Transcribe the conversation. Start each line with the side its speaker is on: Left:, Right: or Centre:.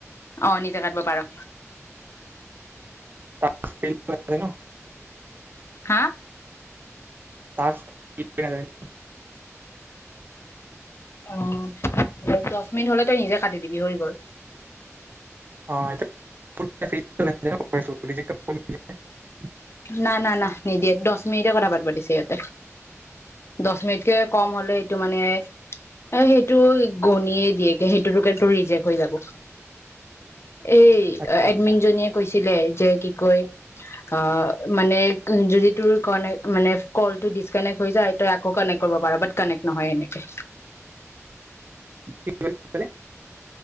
Left: অ' নিজে কাটিব পাৰ।
Right: টাস্ক <unintelligible>
Left: হা?
Right: টাস্ক <unintelligible>
Left: অ' দহ মিনিট হলে তই নিজে কাটি দিবি হৈ গ'ল।
Right: অ' <unintelligible>
Left: না, না, না, নিদিয়ে দহ মিনিটে কথা পাত পাতিছে ইহঁতে, দহ মিনিটকে কম হলে সেইটো মানে এ সেইটো গণিয়ে দিয়েকে সেইটোতোক ৰিজেক্ হৈ যাব। এই
Right: আচ্ছা
Left: এডমিনজনীয়ে
Right: আচ্ছা।
Left: কৈছে তিলে যে কি কৈ আ মানে যদি তোৰ কানক মানে কল ডিচকানেক্ট হৈ যায় তই আকৌ কানেক্ট কৰিব পাৰ ব কানেক্ট নহয় এনেকে
Right: কি ক'লে।